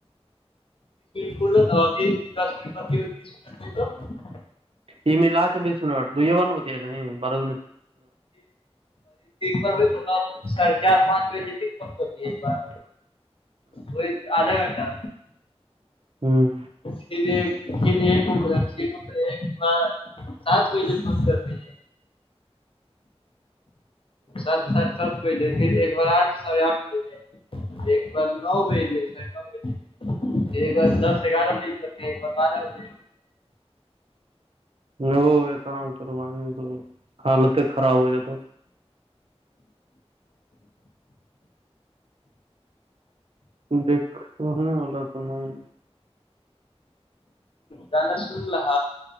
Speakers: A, on the left (about 55°); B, on the right (about 60°).
A: پ لو ابھی دس مٹ ب ہو تیس مٹ
B: یہ م لھ کے بیس منٹتا دو تو یہیور ن ہوتی ہے ن نہیں برا
A: تن ہو ساھے چار پانچ بجے ت فن کر دیے ایک بار وہئی آدھا گھنٹہ
B: ہوں
A: پھر ایک پھر ایکھر مطب ایک سات مہل بند کر رہ سب سات سب ھر ایک بار آٹ ساھے آٹھ بج ایک بار نو بجل ساڑھے نو بج ایک بار دس گیارہ بجے کرتے ہیں ایک بار بارہ بجے
B: نہیں وہ اتنا چلو تو حالتیں خراب ہو جاتا دیکھ ہوں اللہ تو نہیں
A: گانا سن ل ہ